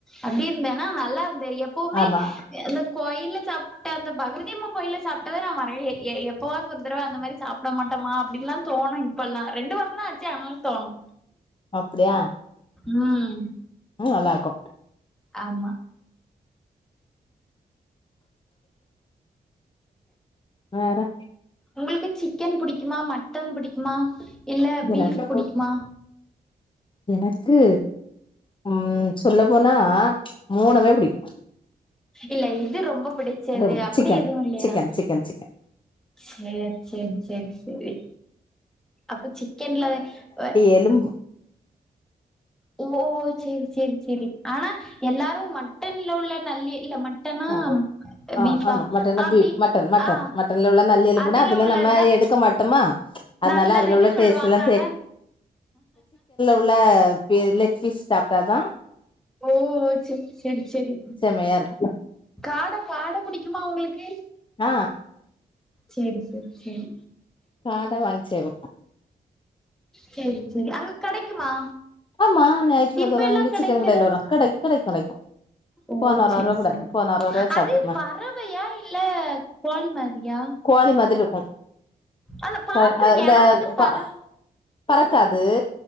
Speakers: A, in the centre; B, on the left (about 30°).
A: அப்டி இருந்தன்னா நல்லா இருந்த எப்பவுமே
B: ஆமா
A: அந்த கோயில்ல சாப்ட அந்த பகவதியம்மன் கோயில்ல சாப்டத நா மறயே எ எப்பவாது ஒரு தடவ அந்த மாரி சாப் ட மட்டமா அப்டின்ல்லா தோனு இப்பல்லா ரெண்டு வரோந்தா ஆச்சு அதனால தோனு
B: அப்படியா
A: ம்
B: உம் நல்லாருக்கு
A: ஆமா
B: வேற
A: உங்களுக்கு சிக்கன் புடிக்குமா மட்டன் புடிக்குமா இல்ல பீஃப்
B: எனக்கு
A: புடிக்குமா
B: எனக்கு ம் சொல்ல போனா மூனுமே புடிக்கு
A: இல்ல இது ரொம்ப பிடிச்சது
B: ரொம்ப
A: அப்படி
B: சிக்கன்
A: எதுவு இல்லையா
B: சிக்கன் சிக்கன் சிக்கன்
A: சேர் சே சேரி சேரி அப்ப சிக்கன்ல அ
B: எலும்பு
A: ஓ சேரி சேரி சேரி ஆனா எல்லாரும் மட்டன்ல உள்ள நல்லியே இல்லம்மன் த்தம்மா
B: ஆ ஆ
A: பீஃப்பா
B: ஆமா மட்டன்னா
A: அ
B: பீப்
A: பீஃப்
B: மட்டன் மட்டன்
A: அ
B: மட்டன்ல உள்ள நல்லி எலும்புனா
A: அதுல உள்ளதுதா
B: நம்ம எடுக்க மாட்டோமா அதனால
A: நல்லதுன்னு
B: அதுல உள்ள
A: சொல்லுவாங்க
B: டேஸ்ட் எல்லா
A: ஆனா
B: அதுல பே லெக் பீஸ் சாப்ட்டாதா
A: ஓ செரி செரி செரி
B: செமையா இருக்கு
A: காட காட புடிக்குமா உங்களுக்கு
B: ஆ
A: சேரி சேரி சேரி
B: காட வாங்ச்சேர்வோ
A: சேரி சேரி அங்க கெடைக்குமா
B: ஆமா ஞாய்ற்றுகெழமைல
A: இப்ப எல்லா
B: <unintelligible> இங்க
A: கெடைக்கிறது
B: சிக்கன் கடைல வரு கெடைக் கெடைக் கெடைக்கு
A: ஓ
B: போன
A: செரி
B: வாரோ கூட
A: செரி
B: போன வாரோ
A: அது
B: சாப்ட்டோங்க
A: பறவையா இல்ல கோழி மாரியா
B: கோழி மாதிர்ருக்கு
A: ஆனா பாத்திருக்கே
B: அ ஆ இந்த
A: ஆனா அது பற
B: ப பறக்காது